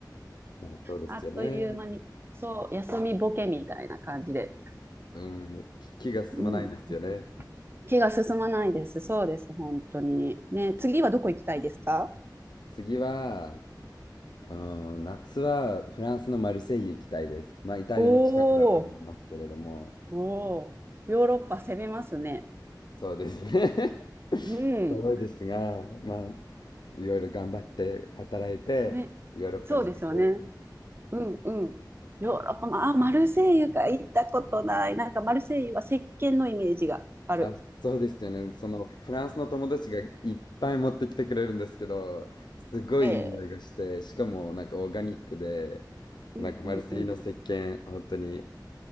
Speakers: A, on the left; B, on the right.
A: まあ、そうですよね。
B: あっという間に、そう、休みボケみたいな感じで。
A: うん、気気が進まないんですよね。
B: うん気が進まないです。そうです、本当に。ね、次はどこ行きたいですか
A: 次は、うーん、夏はフランスのマルセイユ行きたいです。まあ、イタリアの近くだと思いますけれども、
B: おー、おー、ヨーロッパ攻めますね。
A: そうですね。<laughs>
B: うん。
A: 遠いですが、まあ、いろいろ頑張って働いて、
B: ね。
A: ヨーロッパに旅行。
B: そうですよね。うんうん。ヨーロッパ、まあ、マルセイユか行ったことない。なんかマルセイユは石鹸のイメージがある。
A: あ、そうですよね。そのフランスの友達がいっぱい持ってきてくれるんですけど、すごいいい匂いがして、
B: ええ
A: しかもなんかオーガニックで、
B: うんうんう
A: なんかマルセイユの石鹸、本当に